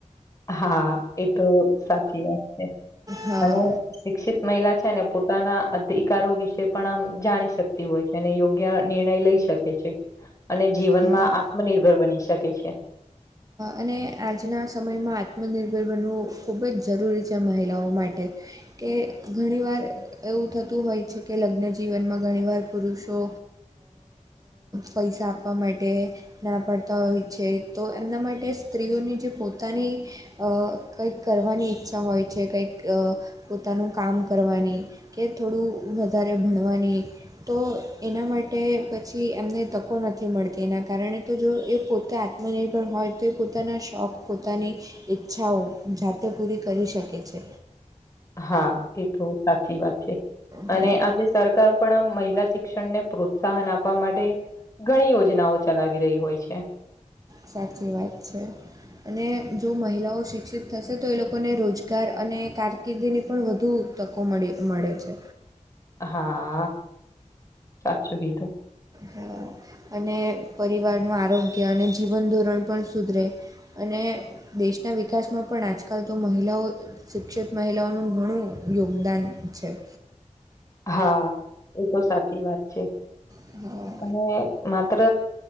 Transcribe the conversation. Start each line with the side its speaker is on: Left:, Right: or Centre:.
Left: હા એ તો સાચી વાત છે
Right: હા
Left: અને શિક્ષિત મહિલા છે ને પોતાના અધિકારો વિશે પણ આમ જાણી શકતી હોય છે એને યોગ્ય નિર્ણય લઈ શકે છે અને જીવનમાં
Right: હા
Left: આત્મનિર્ભર બની શકે છે
Right: અને આજના સમયમાં આત્મનિર્ભર બનવું ખૂબ જ જરૂરી છે મહિલાઓ માટે કે ઘણીવાર એવું થતું હોય છે કે લગ્નજીવનમાં ઘણીવાર પુરુષો પૈસા આપવા માટે ના પાડતા હોય છે તો એમના માટે સ્ત્રીઓની જે પોતાની કંઈક કરવાની ઈચ્છા હોય છે કંઈક પોતાનું કામ કરવાની કે થોડું વધારે ભણવાની તો એના માટે પછી એમને તકો નથી મળતી એના કારણે તો જો એ પોતે મને પણ હોય તો એ પોતાના શોખ પોતાની ઈચ્છાઓ જાતે પૂરી કરી શકે છે
Left: હા એ તો સાચી વાત છે
Right: હં,
Left: અને આજે સર સરકાર પણ આ મહિલા શિક્ષણ ને પ્રોત્સાહન આપવા માટે ઘણી યોજનાઓ ચલાવી રહી હોય છે
Right: સચી વાત છે અને જો મહિલાઓ શિક્ષિત થશે તો એ લોકોને રોજગાર અને કારકિર્દીની પણ વધુ તકો મળી મળે છે
Left: હા સાચું કીધું
Right: હા, અને પરિવારનું આરોગ્ય અને જીવન ધોરણ પણ સુધરે અને દેશના વિકાસમાં પણ આજકાલ તો મહિલાઓ શિક્ષિત મહિલાઓનું ઘણું યોગદાન છે
Left: હા એ તો સાચી વાત છે
Right: હા
Left: અને માત્ર